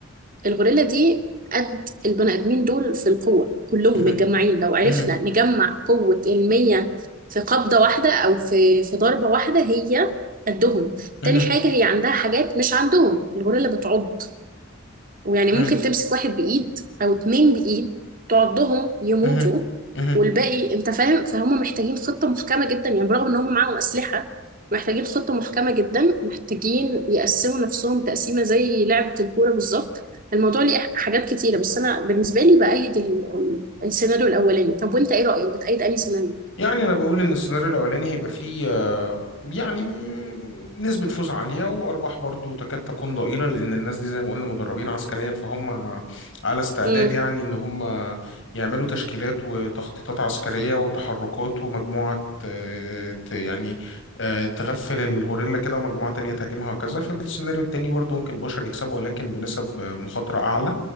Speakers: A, on the right; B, on the left.
A: الغوريلا دي قد البني آدمين دول في القوة كلهم
B: مهم.
A: متجمعين لو عرفنا
B: مهم.
A: نجمع قوة المية في قبضة واحدة أو في في ضربة واحدة هي قدهم
B: مهم.
A: تاني حاجة هي عندها حاجات مش عندهم الغوريلا بتعض ويعني
B: مهم.
A: ممكن تمسك واحد بإيد أو اتنين بإيد تعضهم يموتوا
B: مهم. مهم.
A: والباقي أنت فاهم فهم محتاجين خطة محكمة جدا يعني برغم إن هم معاهم أسلحة محتاجين خطة محكمة جدا محتاجين يقسموا نفسهم تقسيمة زي لعبة الكورة بالظبط الموضوع ليه حاجات كتيرة بس أنا بالنسبة لي بأيد ال- ال- السيناريو الأولاني طب وأنت إيه رأيك بتأيد أنهي سيناريو؟
B: يعني انا بقول ان السيناريو الاولاني هيبقى فيه آه، يعني م- نسبة فوز عالية وأرباح برضو تكاد تكون ضئيلة لأن الناس دي زي ما قلنا مدربين عسكريا فهم على استعداد
A: مم.
B: يعني إن هم يعملوا تشكيلات وتخطيطات عسكرية وتحركات ومجموعة آه، ت- يعني آه، تغفل الغوريلا كده ومجموعة تانية تهاجمها وكذا في السيناريو التاني برضو ممكن البشر يكسبوا ولكن بنسب آه، مخاطرة أعلى